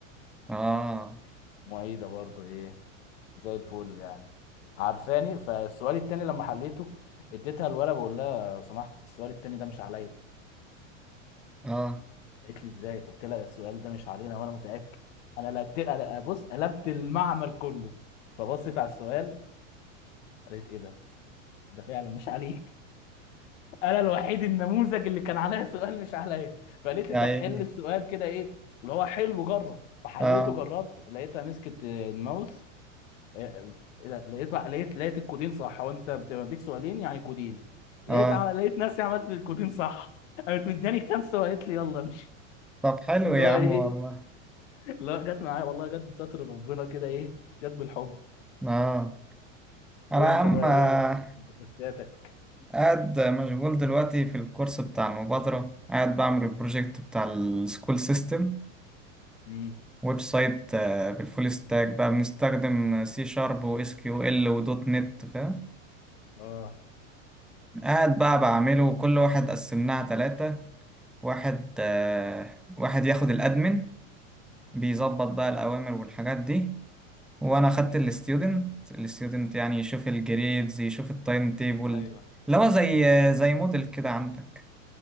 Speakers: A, in the centre; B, on the left.
A: آه
B: معيده برضو ايه زي الفل يعني عارفاني فالسؤال التاني لما حليته اديتها الورقه بقول لها لو سمحت السؤال التاني ده مش عليا
A: آه
B: قالت لي ازاي قلت لها السؤال ده مش علينا وانا متاكد انا لقيت أنا- بص قلبت المعمل كله فبصت على السؤال قالت ايه ده ده فعلا مش عليك انا الوحيد النموذج اللي كان عليا سؤال مش عليا فقالت
A: يا
B: لي طب
A: عيني
B: حل السؤال كده ايه اللي هو حل وجرب فحليته
A: آه
B: جربت لقيتها مسكت آه، الماوس آه، آه، لقيت لقيت لقيت الكودين صح هو انت بتديك سؤالين يعني كودين لقيت
A: آه
B: عم... لقيت نفسي عملت الكودين صح <laughs> قامت مداني خمسه وقالت لي يلا مش
A: طب حلو
B: اللي
A: يا
B: هو
A: عم
B: ايه
A: والله
B: اللي هو جت معايا والله جت بستر ربنا كده ايه جت بالحب
A: آه
B: وانت
A: أنا يا عم
B: بقى
A: آه،
B: ايه انت كنتاتك
A: قاعد مشغول دلوقتي في الكورس بتاع المبادرة قاعد بعمل البروجكت بتاع السكول سيستم
B: امم
A: ويب سايت آه، بالفول ستاك بقى بنستخدم سي شارب واس كيو ال ودوت نت فاهم
B: اه
A: قاعد بقى بعمله وكل واحد قسمناها تلاتة واحد آه واحد ياخد الادمن بيظبط بقى الاوامر والحاجات دي وانا خدت الستودنت الستودنت يعني يشوف الجريدز يشوف التايم تيبل
B: ايوه
A: اللي هو زي زي موديل كده عندك